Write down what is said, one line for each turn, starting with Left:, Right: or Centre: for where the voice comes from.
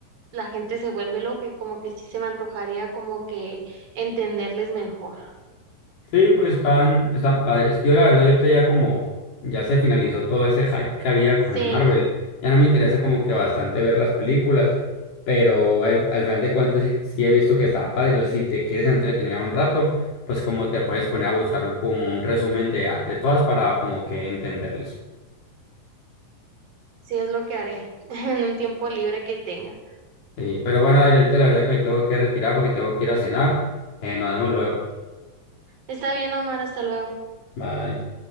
Right: la gente se vuelve loca y como que sí se me antojaría como que entenderles mejor.
Left: Sí, pues están, están padres. Yo la verdad, yo ahorita ya como ya se finalizó todo ese hype que había con
Right: Sí,
Left: Marvel, ya no me interesa como que bastante ver las películas, pero al, al final de cuentas sí, sí he visto que están padres. Entonces, si te quieres entretener un rato, pues como te puedes poner a buscar un- como un resumen de, a- de todas para como que entenderles.
Right: sí es lo que haré <laughs> en un tiempo libre que tenga.
Left: Sí, pero bueno, a ver, ahorita la verdad que me tengo que retirar porque tengo que ir a cenar. Eh, nos vemos luego.
Right: Está bien, Omar, hasta luego.
Left: Bye.